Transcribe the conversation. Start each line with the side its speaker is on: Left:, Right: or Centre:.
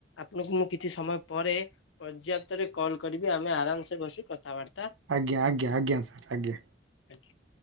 Left: ଆପଣଙ୍କୁ ମୁଁ କିଛି ସମୟ ପରେ ପର୍ଯାପ୍ତରେ କଲ୍ କରିବି ଆମେ ଆରାମ୍ ସେ ବସି କଥାବାର୍ତ୍ତା
Right: ଆଜ୍ଞ -ଆଜ୍ଞା- ଆଜ୍ଞା -ସାର୍ ଆଜ୍ଞା।
Left: ଆଜ୍ଞା।